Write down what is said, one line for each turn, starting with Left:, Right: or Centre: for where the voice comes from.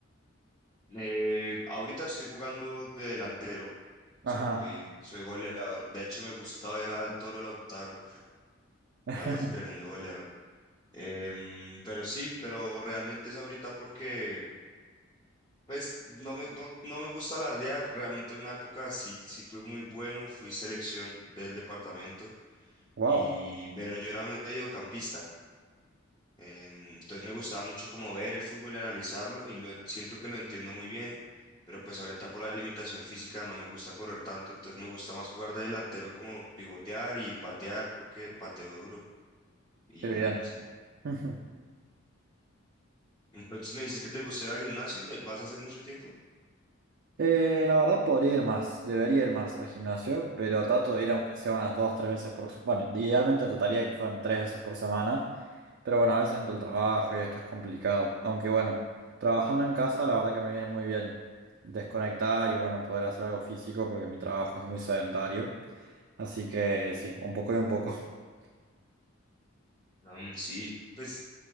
Left: Eh, ahorita estoy jugando de delantero.
Right: Ajá.
Left: Soy, soy goleador. De hecho, me gusta ver al Toro Lautaro.
Right: <laughs>
Left: Parece tremendo goleador. Em, pero sí, pero realmente es ahorita porque, pues, no me, no, no me gusta alardear. Realmente en una época sí, sí fui muy bueno. Fui selección del departamento.
Right: Wow,
Left: Y, pero yo era mediocampista. En- Entonces me gustaba mucho como ver el fútbol y analizarlo y lo, siento que lo entiendo muy bien, pero pues ahorita por la limitación física no me gusta correr tanto, entonces me gusta más jugar de delantero como pivotear y patear porque pateo duro y
Right: qué
Left: ya,
Right: bien.
Left: sí.
Right: <laughs>
Left: Entonces me dices que te gusta ir al gimnasio, ¿y ¿vas hace mucho tiempo?
Right: Eh, la verdad podría ir más, debería ir más al gimnasio, pero trato de ir aunque sea unas dos, tres veces por... Bueno, idealmente trataría de que fueran tres veces por semana, pero bueno, a veces entre el trabajo y esto es complicado. Aunque bueno, trabajando en casa la verdad que me viene muy bien desconectar y bueno, poder hacer algo físico porque mi trabajo es muy sedentario. Así que sí, un poco y un poco. <laughs>
Left: Am, sí, pues